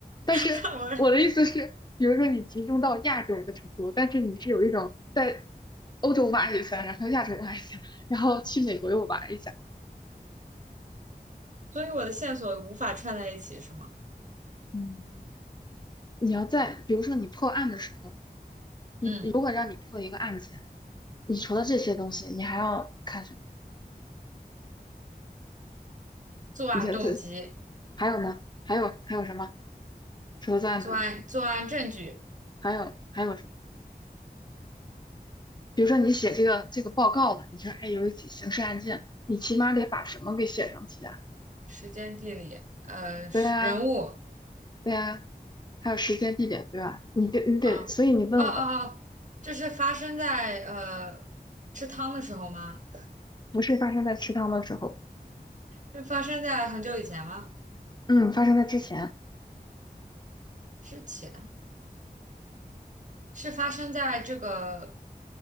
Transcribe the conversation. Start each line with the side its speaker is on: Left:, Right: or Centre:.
Left: 但是我的意思是，
Right: 转
Left: 比如说你集中到亚洲的程度，但是你是有一种在欧洲玩一下，然后亚洲玩一下，然后去美国又玩一下。
Right: 所以我的线索无法串在一起，是吗？
Left: 嗯，你要在比如说你破案的时候，你如果让你破一个案件，
Right: 嗯，
Left: 你除了这些东西，你还要看什么？
Right: 作案动机、
Left: 你觉得这还有呢？还有还有什么？除了作案毒品，
Right: 作案作案证据、
Left: 还有还有什么？比如说你写这个这个报告了，
Right: 动
Left: 你说哎有一起刑事案件，你起码得把什么给写上去啊？
Right: 时间、地理、呃是人物
Left: 对啊，对呀，还有时间、地点，对吧？你得，你得，
Right: 啊，
Left: 所以你问我吧，
Right: 哦哦哦，这是发生在呃吃汤的时候吗？
Left: 不是发生在食堂的时候，
Right: 这发生在很久以前吗？
Left: 嗯，发生在之前，
Right: 之前是发生在这个